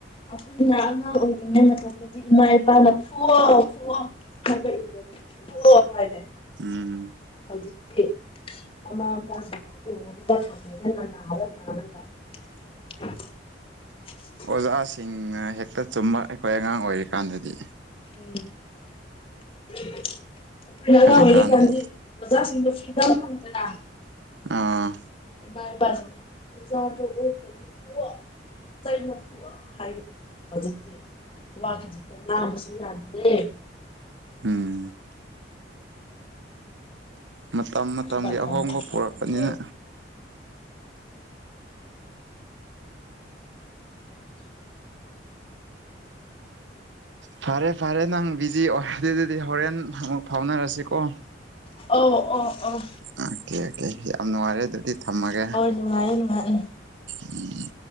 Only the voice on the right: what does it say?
ꯎꯝ
ꯑꯣꯖꯥꯁꯤꯡꯅ ꯍꯦꯛꯇ ꯆꯨꯝꯕ ꯑꯩꯈꯣꯏ ꯑꯉꯥꯡ ꯑꯣꯏꯔꯤꯀꯥꯟꯗꯗꯤ
ꯍꯧꯖꯤꯛꯀꯥꯟꯗꯤ
ꯑꯥ
ꯎꯝ ꯃꯇꯝ ꯃꯇꯝꯒꯤ
ꯑꯍꯣꯡꯕ
ꯄꯨꯔꯛꯄꯅꯤꯅ ꯐꯔꯦ ꯐꯔꯦ ꯅꯪ ꯕꯤꯖꯤ ꯑꯣꯏꯔꯗꯤ ꯑꯗꯨꯗꯤ ꯍꯣꯔꯦꯟ ꯑꯃꯨꯛ ꯐꯥꯎꯅꯔꯁꯤꯀꯣ
ꯑꯣꯀꯦ ꯑꯣꯀꯦ ꯌꯥꯝ ꯅꯨꯡꯉꯥꯏꯔꯦ ꯑꯗꯨꯗꯤ ꯊꯝꯃꯒꯦ
ꯎꯝ